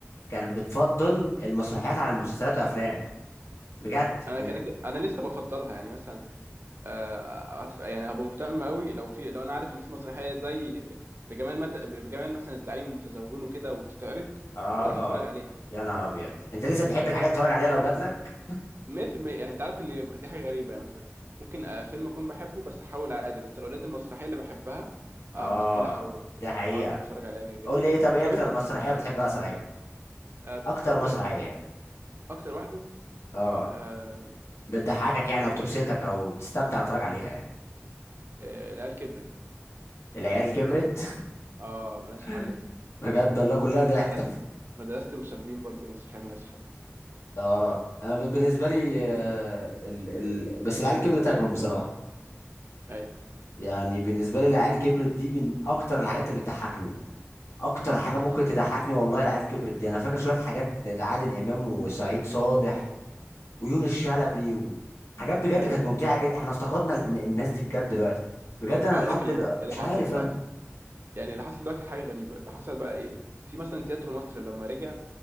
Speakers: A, on the left; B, on the right.
A: كانت بتفضل المسرحيات عن المسلسلات والافلام بجد
B: انا
A: ب-
B: انا انا لسه بفضلها يعني مثلا آه، أتف- يعني هبقى مهتم قوي لو في لو انا عارف ان في مسرحيه زي بجمال مت... بجمال مثلا الزعيم والمتزوجون وكده وبتتعرض
A: اه
B: واروح اتفرج عليها
A: يا نهار ابيض انت لسه بتحب الحاجات تتفرج عليها لو جات لك
B: 100% يعني انت عارف ان دي حاجه غريبه يعني مثلا ممكن آه، فيلم اكون بحبه بس احاول عادي بس لو لقيت المسرحيه اللي بحبها آه
A: اه
B: مستحيل احول
A: ده حقيقة
B: هقعد اتفرج عليها كده كده
A: قول لي ايه طب ايه
B: طب
A: اكتر
B: انت
A: مسرحية بتحبها صحيح
B: آه كنت
A: اكتر
B: بحب
A: مسرحية
B: اكتر واحده
A: اه
B: آه
A: بتضحكك يعني او بتبسطك او بتستمتع تتفرج عليها يعني
B: آه، العيال كبرت
A: العيال كبرت
B: اه ملهاش
A: <laughs>
B: حل دي
A: بجد والله كلها ضحك
B: مدرسه
A: طب
B: مدرسه المشاغبين برضو مسرحيه ملهاش حل
A: اه انا ب- بالنسبة لي آه، ال... ال... بس العيال كبرت اجمل بصراحة
B: ايوه
A: يعني بالنسبه لي العيال كبرت دي من اكتر الحاجات اللي بتضحكني اكتر حاجه
B: <laughs>
A: ممكن تضحكني والله العيال كبرت دي انا فاكر شويه حاجات لعادل امام وسعيد صالح و- ويونس شلبي وحاجات بجد
B: ايوه
A: كانت ممتعه جدا احنا افتقدنا ال- إن- الناس دي بجد دلوقتي بجد انا
B: هقول
A: لحد
B: لك اللي
A: دلوقتي
B: اللي
A: مش
B: حصل
A: عارف
B: دلوقتي
A: انا
B: يعني اللي حصل دلوقتي حاجه غريبه اللي حصل بقى ايه في مثلا تياترو مصر لما رجع